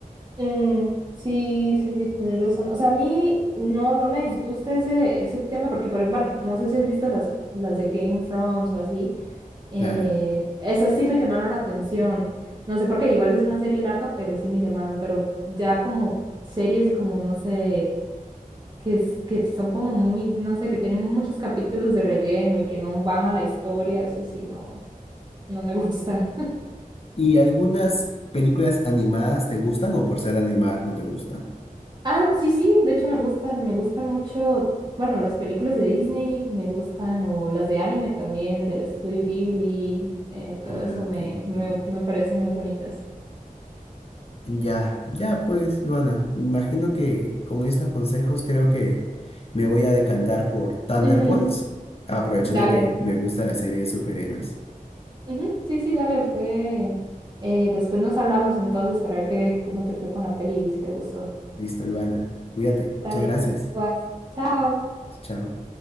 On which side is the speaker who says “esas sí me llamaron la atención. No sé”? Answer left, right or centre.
Right